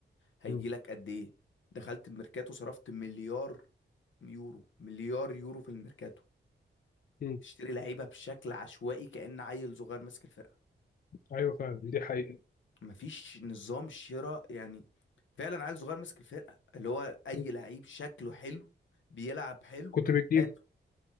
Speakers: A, on the left (about 80°); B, on the left (about 50°).
A: هيجي
B: مم.
A: لك قد ايه دخلت الميركاتو صرفت مليار يورو مليار يورو في الميركاتو
B: مم.
A: تشتري لعيبة بشكل عشوائي كأن عيل صغير ماسك الفرقة
B: ايوه فعلا دي حقيقه
A: مفيش نظام شراء يعني فعلا عيل صغير ماسك الفرقه اللي هو اي
B: مم.
A: لعيب شكله حلو بيلعب حلو
B: كنت بتجيب
A: هاته